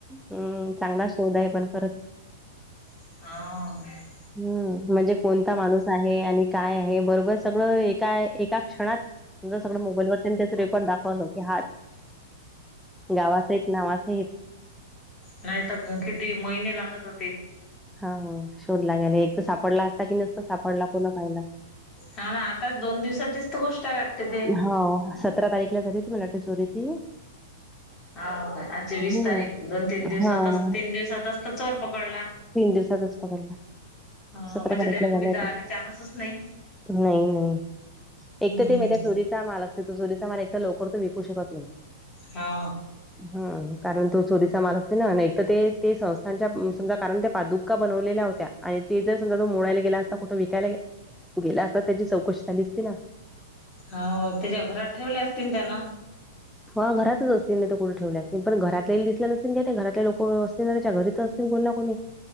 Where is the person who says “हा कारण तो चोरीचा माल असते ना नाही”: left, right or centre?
Centre